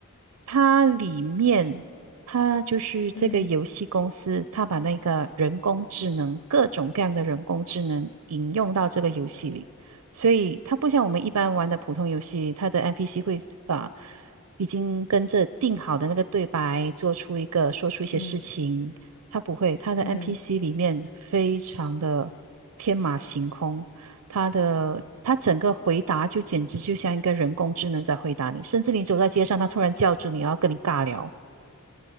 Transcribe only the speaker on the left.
嗯
嗯
嗯。